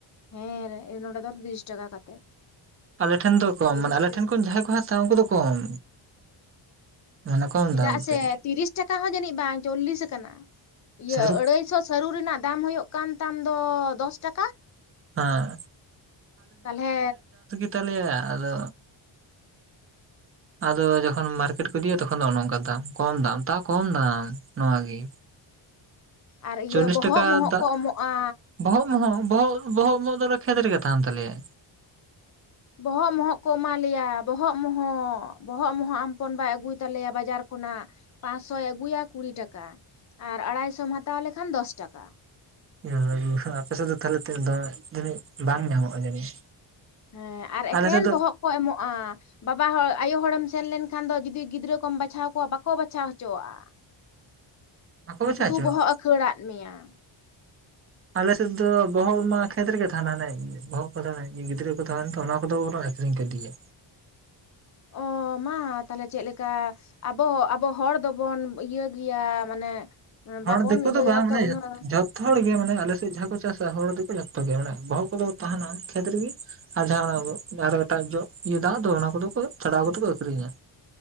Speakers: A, on the left; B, on the right.
A: ᱦᱮᱸ ᱨᱮ ᱱᱚᱰᱮ ᱫᱚ ᱛᱤᱨᱤᱥ ᱴᱟᱠᱟ ᱠᱟᱛᱮᱫ᱾
B: ᱟᱞᱮ ᱴᱷᱮᱱ ᱫᱚ ᱠᱚᱢ,
A: ᱛᱤᱨᱤᱥ
B: ᱢᱟᱱᱮ ᱟᱞᱮ
A: ᱴᱟᱠᱟ
B: ᱴᱷᱮᱱ ᱠᱷᱚᱱ ᱡᱟᱦᱟᱸᱭ ᱠᱚ ᱦᱟᱛᱟᱣ-ᱟ ᱩᱱᱠᱩ ᱫᱚ ᱠᱚᱢ᱾ ᱢᱟᱱᱮ ᱠᱚᱢ
A: ᱪᱮᱫᱟᱜ
B: ᱫᱟᱢ
A: ᱥᱮ,
B: ᱛᱮ
A: ᱛᱤᱨᱤᱥ ᱴᱟᱠᱟ ᱦᱚᱸ ᱡᱟᱹᱱᱤᱡ ᱵᱟᱝ ᱪᱚᱞᱞᱤᱥ ᱟᱠᱟᱱᱟ, ᱤᱭᱟᱹ
B: ᱥᱟᱹᱨᱩ
A: ᱟᱹᱲᱟᱹᱭ ᱥᱚ ᱥᱟᱹᱨᱩ ᱨᱮᱱᱟᱜ ᱫᱟᱢ ᱦᱳᱭᱳᱜ ᱠᱟᱱ ᱛᱟᱢ ᱫᱚ ᱫᱚᱥ ᱴᱟᱠᱟ,
B: ᱦᱮᱸ
A: ᱛᱟᱞᱦᱮ
B: ᱛᱟᱞᱮᱭᱟ ᱟᱠᱚ ᱟᱫᱚ ᱡᱚᱠᱷᱚᱱ ᱢᱟᱨᱠᱮᱴ ᱠᱚ ᱤᱫᱤᱭᱟ, ᱛᱚᱠᱷᱚᱱ ᱫᱚ ᱚ ᱱᱚᱝᱠᱟ ᱫᱟᱢ, ᱠᱚᱢ ᱫᱟᱢ ᱛᱟᱣ ᱠᱚᱢ ᱫᱟᱢ ᱱᱚᱣᱟ ᱜᱮ᱾
A: ᱟᱨ ᱤᱭᱟᱹ
B: ᱪᱚᱞᱞᱤᱥ
A: ᱵᱚᱦᱚᱜ
B: ᱴᱟᱠᱟ
A: ᱢᱚᱦᱚᱜ
B: ᱫᱟᱜ
A: ᱠᱚ ᱮᱢᱚᱜᱼᱟ᱾
B: ᱵᱚᱦᱚᱜ ᱢᱚᱦᱚᱜ ᱵᱚᱦᱚᱜ ᱵᱚᱦᱚᱜ ᱢᱚᱦᱚᱜ ᱫᱚ ᱟᱞᱮ ᱠᱷᱮᱛ ᱨᱮᱜᱮ ᱛᱟᱦᱮᱱ ᱛᱟᱞᱮᱭᱟ᱾
A: ᱵᱚᱦᱚᱜ ᱢᱚᱦᱚᱜ ᱠᱚ ᱮᱢᱟᱞᱮᱭᱟ, ᱵᱚᱦᱚᱜ ᱢᱚᱦᱚᱜ, ᱵᱚᱦᱚᱜ ᱢᱚᱦᱚᱜ ᱟᱢ ᱯᱚᱱᱚᱱ ᱵᱟᱭ ᱟᱹᱜᱩᱭ ᱛᱟᱞᱮᱭᱟ ᱵᱟᱡᱟᱨ ᱠᱷᱚᱱᱟᱜ᱾ ᱯᱟᱸᱥ ᱥᱚᱭ ᱟᱹᱜᱩᱭᱟ, ᱠᱩᱲᱤ ᱴᱟᱠᱟ, ᱟᱨ ᱟᱲᱟᱭᱥᱚᱢ ᱦᱟᱛᱟᱣ ᱞᱮᱠᱷᱟᱱ ᱫᱚᱥ ᱴᱟᱠᱟ᱾
B: ᱮ ᱵᱟᱵᱟᱨᱮ! ᱟᱯᱮ ᱥᱮᱫ ᱫᱚ ᱛᱟᱦᱚᱞᱮ ᱛᱤᱱᱟᱹᱜ ᱫᱚᱢᱮ ᱛᱤᱱᱟᱹᱜ ᱵᱟᱝ ᱧᱟᱢᱚᱜᱼᱟ ᱡᱟᱹᱱᱤᱡ᱾
A: ᱦᱮᱸ, ᱟᱨ ᱮᱠᱮᱱ
B: ᱟᱞᱮ ᱥᱮᱫ ᱫᱚ
A: ᱵᱚᱦᱚᱜ ᱠᱚ ᱮᱢᱚᱜᱼᱟ᱾ ᱵᱟᱵᱟ ᱦᱚᱲ ᱟᱭᱳ ᱦᱚᱲᱮᱢ ᱥᱮᱱ ᱞᱮᱱᱠᱷᱟᱱ ᱫᱚ ᱡᱩᱫᱤ ᱜᱤᱫᱽᱨᱟᱹ ᱠᱚᱢ ᱵᱟᱪᱷᱟᱣ ᱠᱚᱣᱟ, ᱵᱟᱠᱚ ᱵᱟᱪᱷᱟᱣ ᱦᱚᱪᱚᱣᱟᱜᱼᱟ᱾
B: ᱵᱟᱠᱚ ᱵᱟᱪᱷᱟ
A: ᱥᱩᱫᱩ
B: ᱦᱚᱪᱚᱣᱟᱜᱼᱟ
A: ᱵᱚᱦᱚᱜ-ᱮ ᱠᱷᱟᱹᱲᱟᱜ ᱢᱮᱭᱟ᱾
B: ᱟᱞᱮ ᱥᱮᱫ ᱫᱚ ᱵᱚᱦᱚᱞ ᱢᱟ ᱠᱷᱮᱛ ᱨᱮᱜᱮ ᱛᱟᱦᱮᱟᱱᱟ, ᱦᱟᱱᱮ ᱵᱚᱦᱚᱜ ᱠᱚ ᱛᱟᱦᱮᱱᱟ, ᱜᱤᱫᱽᱨᱟᱹ ᱠᱚ ᱛᱟᱦᱮᱱᱟ ᱛᱚ ᱚᱱᱟ ᱠᱚᱫᱚ ᱵᱚᱨᱚᱝ ᱟᱹᱠᱷᱨᱤᱧ ᱠᱚ ᱠᱟᱫᱮᱭᱟ᱾
A: ᱚ, ᱢᱟ ᱛᱟᱦᱚᱞᱮ ᱪᱮᱫ ᱞᱮᱠᱟ ᱟᱵᱚ, ᱟᱵᱚ ᱦᱚᱲ ᱫᱚᱵᱚᱱ ᱤᱭᱟᱹ ᱜᱮᱭᱟ ᱢᱟᱱᱮ
B: ᱦᱚᱲ
A: ᱵᱟᱵᱚᱱ
B: ᱫᱮᱠᱳ
A: ᱤᱭᱟᱹᱭᱟ
B: ᱫᱚ ᱵᱟᱝ ᱢᱟᱱᱮ
A: ᱛᱚ ᱩᱱᱟᱹᱜ
B: ᱡᱚ ᱡᱷᱚᱛ ᱛᱚ ᱦᱚᱲ ᱜᱮ ᱢᱟᱱᱮ ᱟᱞᱮ ᱥᱮᱫ ᱡᱟᱦᱟᱸ ᱠᱚ ᱪᱟᱥᱟ ᱦᱚᱲ ᱫᱮᱠᱚ ᱡᱚᱛᱚ ᱜᱮ ᱢᱟᱱᱮ ᱵᱚᱦᱚᱜ ᱠᱚᱫᱚ ᱛᱟᱦᱮᱱᱟ ᱠᱷᱮᱛ ᱨᱮᱜᱮ ᱟᱨ ᱡᱟᱦᱟᱸ ᱚᱱᱟ ᱟᱨᱦᱚᱸ ᱮᱴᱟᱜ ᱡᱚᱜ ᱤᱭᱟᱹ ᱫᱟᱜ ᱫᱚ ᱚᱱᱟ ᱠᱚᱫᱚ ᱠᱚ ᱪᱷᱟᱰᱟᱣ ᱠᱟᱛᱮ ᱠᱚ ᱟᱠᱷᱨᱤᱧᱟ᱾